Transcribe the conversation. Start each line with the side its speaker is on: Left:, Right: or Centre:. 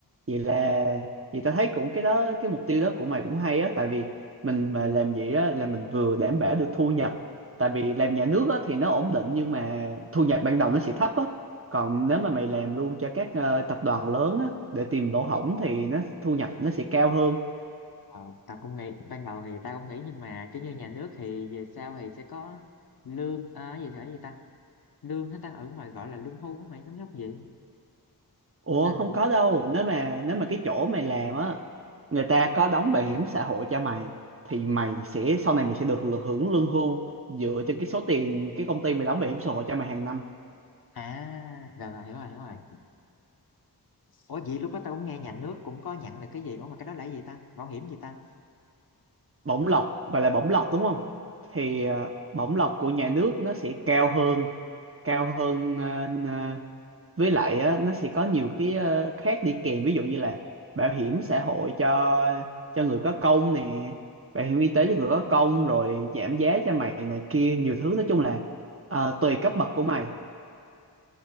Right: vậy là vậy ta thấy cũng cái đó cái mục tiêu đó của mày cũng hay á tại vì mình mà làm vậy á là mình vừa đảm bảo được thu nhập tại vì làm nhà nước á thì nó ổn định nhưng mà thu nhập ban đầu nó sẽ thấp á còn nếu mà mày làm luôn cho các ờ, tập đoàn lớn á để tìm lỗ hổng thì nó thu nhập nó sẽ cao hơn
Left: Ờ, tao cũng nghĩ ban đầu thì tao cũng nghĩ nhưng mà kiểu như nhà nước thì về sau thì sẽ có lương à, gì thế gì ta lương hết ta ở ngoài gọi là lương hưu á mày giống giống vậy
Right: ủa
Left: nên
Right: không
Left: cũng
Right: có đâu nếu mà nếu mà cái chỗ mày làm á người ta có đóng bảo hiểm xã hội cho mày thì mày sẽ sau này mày sẽ được lựa- hưởng lương hưu dựa trên cái số tiền cái công ty mày đóng bảo hiểm xã hội cho mày hàng năm
Left: à rồi rồi hiểu rồi hiểu rồi ủa vậy lúc đó tao cũng nghe nhà nước cũng có nhận được cái gì ủa mà cái đó là cái gì ta bảo hiểm gì ta
Right: bổng lộc gọi là bổng lộc đúng không thì ờ, bổng lộc của nhà nước nó sẽ cao hơn cao hơn ờ, n- ờ, với lại á, nó sẽ có nhiều cái ờ, khác đi kèm ví dụ như là bảo hiểm xã hội cho cho người có công nè bảo hiểm y tế cho người có công rồi giảm giá cho mày này kia nhiều thứ nói chung là ờ, tùy cấp bậc của mày